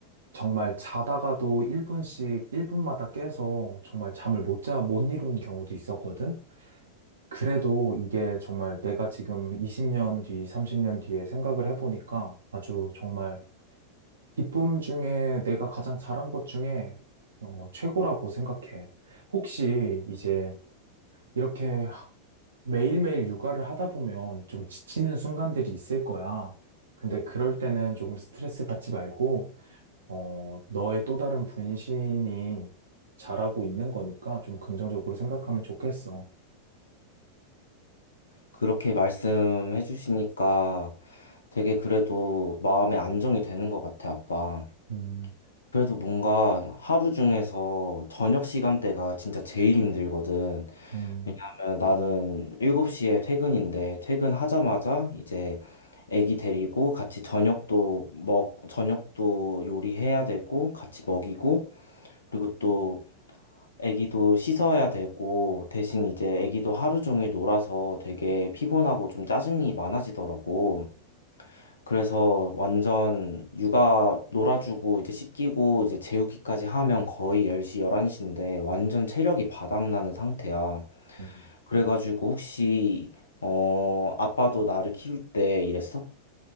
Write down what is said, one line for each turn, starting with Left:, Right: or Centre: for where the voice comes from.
Right: 정말 자다가도 1분씩, 1분마다 깨서 정말 잠을 못 자, 못 이룬 경우도 있었거든? 그래도 이게 정말 내가 지금 20년 뒤, 30년 뒤에 생각을 해보니까 아주 정말 기쁨 중에 내가 가장 잘한 것 중에 어, 최고라고 생각해. 혹시 이제 이렇게 매일매일 육아를 하다 보면 좀 지치는 순간들이 있을 거야. 근데 그럴 때는 조금 스트레스 받지 말고, 어, 너의 또 다른 분신이 잘하고 있는 거니까 좀 긍정적으로 생각하면 좋겠어.
Left: 그렇게 말씀해 주시니까 되게 그래도 마음에 안정이 되는 것 같아, 아빠.
Right: 음,
Left: 그래도 뭔가 하루 중에서 저녁 시간대가 진짜 제일 힘들거든.
Right: 음.
Left: 왜냐하면 나는 7시에 퇴근인데 퇴근하자마자 이제 애기 데리고 같이 저녁도 먹, 저녁도 요리해야 되고 같이 먹이고 그리고 또 애기도 씻어야 되고, 대신 이제 애기도 하루 종일 놀아서 되게 피곤하고 좀 짜증이 많아지더라고. 그래서 완전 육아 놀아주고 이제 씻기고 이제 재우기까지 하면 거의 10시, 11시인데 완전 체력이 바닥나는 상태야.
Right: 음.
Left: 그래가지고 혹시, 어, 아빠도 나를 키울 때 이랬어?